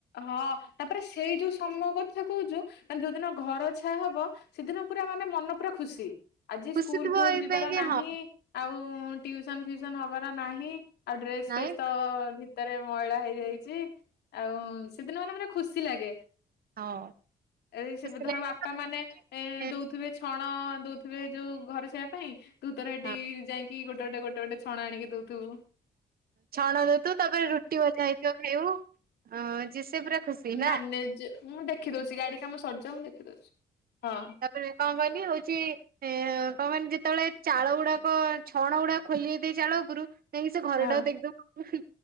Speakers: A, on the left; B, on the right.
A: ହଁ ତାପରେ ସେଇ ଯୋଉ ସମୟ କଥା କହୁଛୁ ମାନେ ଯୋଉଦିନ ଘର ଛାଆ ହବ ସେଦିନ ପୁରା ମାନେ ମନ ପୁରା ଖୁସି ଆଜି
B: ଖୁସି
A: ସ୍କୁଲ
B: ଥିବ
A: ଫୁଲ
B: ଏଇ
A: ଯିବାର
B: ପାଇଁ କି
A: ନାହିଁ
B: ହଁ
A: ଆଉ ଟୁଉସନ ଫିଉସନ ହବାର ନାହିଁ ଆଉ ଡ୍ରେସ
B: ନାଇଁ
A: ଫ୍ରେସ ତ ଭି ଭିତରେ ମଇଳା ହେଇଯାଇଛି ଆଉ ସେଦିନ ମାନେ ମାନେ ଖୁସି ଲାଗେ।
B: ହଁ
A: ଏଇ ସେବି
B: ଖୁସି
A: ଧର
B: ଲାଗିବ।
A: ବା ବାପା
B: ତାପରେ
A: ମାନେ ଏ ଦଉଥିବେ ଛଣ ଦଉଥିବେ ଯୋଉ ଘରେ ଛାଇବା ପାଇଁ ତୁ ତୋର ହେଟିକି
B: ହଁ
A: ଯାଇକି ଗୋଟେ ଗୋଟେ ଛଣ ଆଣିକି ଦଉଥୁବୁ।
B: ଛଣ ଦଉ ଥିବୁ ତାପରେ ରୁଟି ଭଜା ହେଇଥିବ ଖାଇବୁ ଅ ଯେ ସେ ପୁରା ଖୁସି
A: ମ୍ୟାନେଜ
B: ନା
A: ମୁଁ ଦେଖିଦଉଛି ଗାଡି କାମ ସରିଯାଉ ମୁଁ ଦେଖି ଦଉଛି ହଁ।
B: ପରେ କଣ କହିଲି ହଉଛି ଏ କଣ କନି ଯେତେବେଳେ ଚାଳ ଗୁଡାକ ଛଣ ଗୁଡାକ ଖୋଲି ଦଇଥିବେ ଚାଳ ଉପୁରୁ ଯାଇକି ସେ ଘର
A: ହଁ।
B: ଟାକୁ ଦେଖିଦବୁ